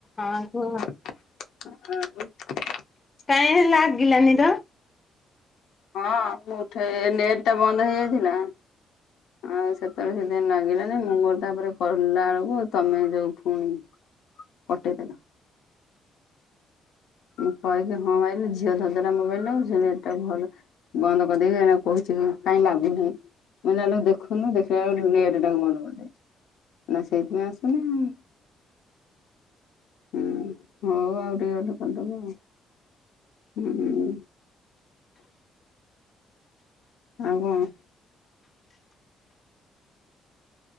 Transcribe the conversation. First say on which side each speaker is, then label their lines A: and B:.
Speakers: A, on the left; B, on the left.
A: ଆ ହୋ
B: ଆଉ
A: କାଇଁ ଲାଗିଲାନି ତ
B: ହଁ ମୁଁ ଉଠେଇ ନେଟ୍ ଟା ବନ୍ଦ ହେଇଯାଇଥିଲା। ଆଉ ସେତେବେଳେ ସେଦିନ ଲାଗିଲାନି ମୁଁ ମୋର ତାପରେ କହିଲା ବେଳକୁ ତମେ ଯୋଉ ଫୁଣି ଅଟକାର ମୁଁ କହିକି ହଁ ମାଇ ଝିଅ ଧରା ମୋବାଇଲ ମୁଁ ଝିଅ ନେଟ୍ ଟା ଭଲ ବନ୍ଦ କରିଦେଇକି ମୁଁ କହୁଛି କାଇଁ ଲାଗୁନି ନାହିଁ। ମୁଁ କହିଲି ଦେଖୁନୁ ଦେଖିଲା ବେଳକୁ <unintelligible> ମୁଁ ସେଇଥିପାଇଁ ଆସୁନି ଆଉ। ହୁଁ ହୋଉ ଆଉ ଟିକେ ଗଲ କରିଦବ ଆଉ। ହୁଁ ଆଉ କଣ?